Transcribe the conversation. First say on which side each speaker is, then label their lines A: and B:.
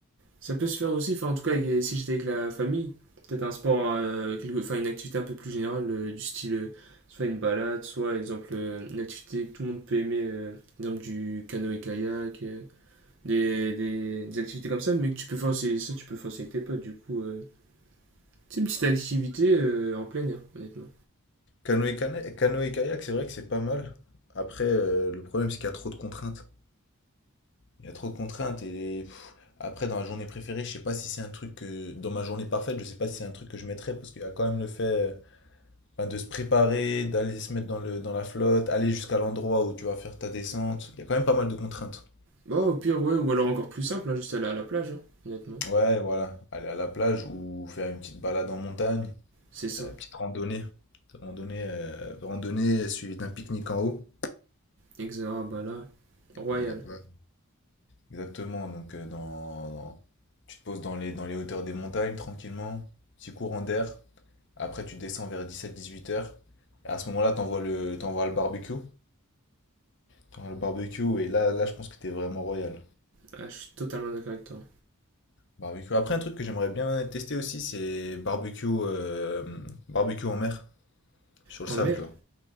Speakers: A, on the right; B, on the left.
A: Ça peut se faire aussi, enfin en tout cas si j'étais avec la famille, peut-être un sport, euh, quelque- enfin une activité un peu plus générale euh, du style euh, soit une balade, soit exemple euh, une activité que tout le monde peut aimer, euh, exemple du canoë-kayak, euh, des, des- des activités comme ça, mais que tu peux faire aussi, ça tu peux le faire aussi avec tes potes du coup. euh, c'est une petite activité euh, en plein air, honnêtement.
B: Canoë, cana- canoë kayak, c'est vrai que c'est pas mal. Après, euh, le problème, c'est qu'il y a trop de contraintes. Il y a trop de contraintes et pff, après dans la journée préférée, je sais pas si c'est un truc que dans ma journée parfaite, je sais pas si c'est un truc que je mettrais parce qu'il y a quand même le fait euh, ben, de se préparer, d'aller se mettre dans le dans la flotte, aller jusqu'à l'endroit où tu vas faire ta descente. Il y a quand même pas mal de contraintes.
A: Bah au pire ouais, ou alors encore plus simple, hein, juste aller à la plage, hein, honnêtement.
B: Ouais, voilà, aller à la plage ou faire une petite balade en montagne,
A: C'est ça.
B: euh, petite randonnée, randonnée, euh, randonnée suivie d'un pique-nique en haut.
A: Exact, ah, bah là, royal.
B: Il y a pas. Exactement, donc euh, dans, dans- tu te poses dans les, dans les hauteurs des montagnes tranquillement, petit courant d'air, Après, tu descends vers dix-sept dix-huit heures. à ce moment-là, t'envoies le, t'envoies le barbecue. T'envoies le barbecue et là, là, je pense que t'es vraiment royal.
A: Ah, je suis totalement d'accord avec toi.
B: Barbecue. Après, un truc que j'aimerais bien tester aussi, c'est barbecue, euh, barbecue en mer, sur le
A: En
B: sable,
A: mer?
B: genre.